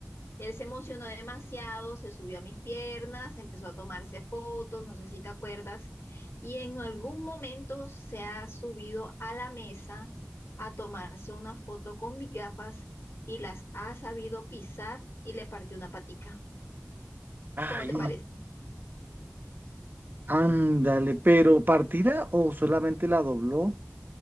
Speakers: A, on the left (about 55°); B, on the right (about 40°).
A: Él se emocionó demasiado, se subió a mis piernas, empezó a tomarse fotos, no sé si te acuerdas, y en algún momento se ha subido a la mesa a tomarse una foto con mis gafas y las ha sabido pisar y le partió una patica.
B: Ay,
A: ¿Cómo te parece?
B: Ándale, pero ¿partida o solamente la dobló